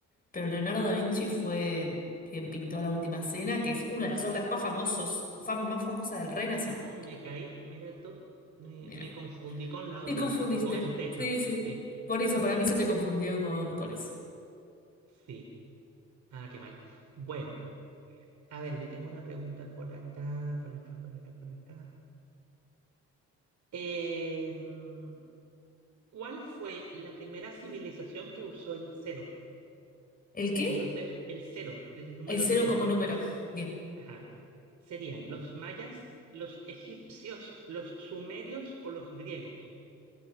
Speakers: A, on the left; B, on the right.
A: pero Leonardo da Vinci fue quien pintó La Última Cena, que es una de las obras más famosos, fam- más famosa del Renacimiento.
B: Ay, me caí. Mira tú. Me,
A: Mira,
B: me confundí con la
A: te
B: otra,
A: confundiste.
B: con el techo.
A: Sí, sí.
B: Sí,
A: Por eso, para mí se te confundió con, con eso.
B: sí. Ah, qué mal. Bueno, a ver, yo tengo una pregunta por acá, por acá, por acá, por acá. Em, ¿cuál fue la primera civilización que usó el cero?
A: ¿El qué?
B: Entonces, el cero, el número
A: El cero
B: cero,
A: como número. Bien.
B: ajá, serían los mayas, los egipcios, los sumerios o los griegos.